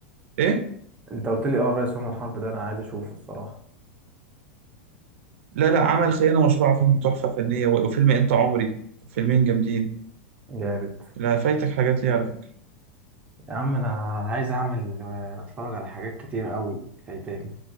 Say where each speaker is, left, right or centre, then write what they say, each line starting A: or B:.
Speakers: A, on the right (about 70°); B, on the right (about 20°).
A: ايه
B: انت قلت لي اه الرئيس عمر حرب ده انا عايز اشوفه الصراحة
A: لا لا عمل خيانه مشروعه فيلم تحفه فنيه وفيلم انت عمري فيلمين جامدين
B: جامد
A: لا فايتك حاجات ليه على فكره
B: يا عم انا عايز اعمل آه، اتفرج على حاجات كتير قوي فايتاني